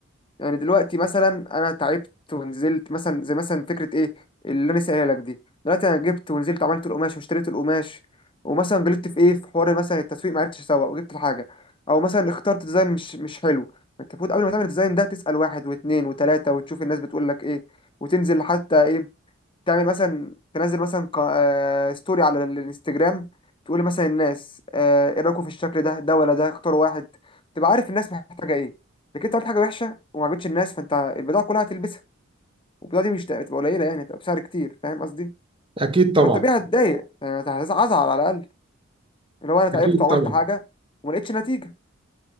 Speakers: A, on the left; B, on the right.
A: يعني دلوقتي مثلا انا تعبت ونزلت مثلا زي مثلا فكره ايه اللي انا سايلها لك دي دلوقتي انا جبت ونزلت عملت القماش واشتريت القماش ومثلا غلطت في ايه في حوار مثلا التسويق ما عرفتش اسوق وجبت الحاجه او مثلا اخترت ديزاين مش مش حلو انت المفروض قبل ما تعمل الديزاين ده تسال واحد واثنين وثلاثه وتشوف الناس بتقول لك ايه وتنزل حتى ايه تعمل مثلا تنزل مثلا ق- آه، ستوري على الانستجرام تقول مثلا الناس آه، ايه رايكم في الشكل ده ده ولا ده اختاروا واحد تبقى عارف الناس محتاجه ايه لكن انت عملت حاجه وحشه وما عجبتش الناس فانت البضاعه كلها هتلبسها والبضاعه دي مش هتبقى قليله يعني هتبقى بسعر كتير فاهم قصدي
B: أكيد طبعا
A: فالطبيعي هتضايق يعني هتزعل على الاقل اللي هو انا تعبت
B: أكيد
A: وعملت
B: طبعا
A: حاجه وما لقيتش نتيجه